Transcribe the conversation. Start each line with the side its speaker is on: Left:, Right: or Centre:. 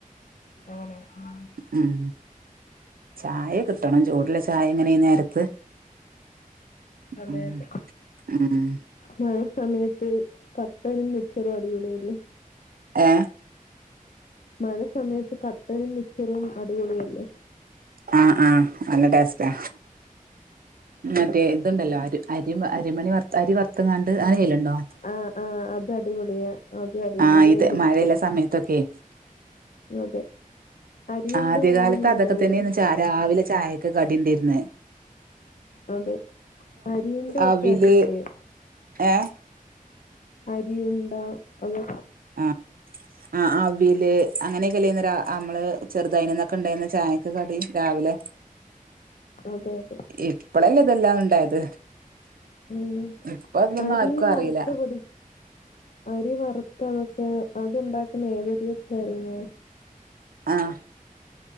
Left: ആണോ ഉം.
Right: ഉം ചായ കിട്ടണം ചൂടുള്ള ചായ ഇങ്ങനെ ഇ നേരത്ത്
Left: അതെ
Right: ഉം
Left: അതെ
Right: ഉം
Left: മഴ സമയത്ത് കത്തടി നി ച്ചറും അടിപൊളി അല്ലെ
Right: ഏ
Left: മഴ സമയത്ത് കട്ടനും മിച്ചറും അടിപൊളിയല്ലേ
Right: ആഹ് ആഹ് നല്ല ടെസ്റ്റാ മറ്റേ ഇതുണ്ടല്ലോ അരു അരി അരിമണി വറത്ത് അരി വറുത്തങ്ങാണ്ട് അങ്ങനെ ചെയ്യല്ലുണ്ടോ
Left: ആഹ് ആഹ് അത് അടിപൊളിയാ അത് അടിപൊളിയാ
Right: ആഹ് ഇത്
Left: എനിക്ക് ഭയങ്കര
Right: മഴയുള്ള
Left: ഇഷ്ട്ടം
Right: സമയത്തൊക്കെ
Left: അതെ അരിയുണ്ട
Right: ആദ്യകാലത്ത്
Left: ആയാലും നല്ലതല്ലേ
Right: അതൊക്കെ തന്നെയന്ന് ച്ചാ രാവിലെ ചായക്ക്‌ കടിണ്ടിരന്നെ
Left: അതും അരിയുണ്ട
Right: അവില്
Left: ഒക്കെ അടിപൊളിയാ
Right: ഏഹ്
Left: അരി ഉണ്ട അതൊ
Right: ആഹ് ആ അവില് അങ്ങനെയൊക്കെല്ലായിന്നൊ രാ നമ്മള് ചെറുതയിന ന്നൊക്കെ ഉണ്ടാരുന്ന ചായക്ക് കടി രാവിലെ
Left: അതെ അതെ
Right: ഇപ്പളല്ലേ ഇതെല്ലാം ഉണ്ടായത്
Left: ഉം
Right: ഇപ്പൊ അതൊന്നും
Left: അരി
Right: ആർക്കും
Left: വറുത്ത്
Right: അറിയില്ല
Left: പൊടി അരി വർ നമുക്ക് അത് ഒണ്ടാക്കുന്നെ ഏത് അരി വെച്ചാരുന്നു
Right: ആഹ്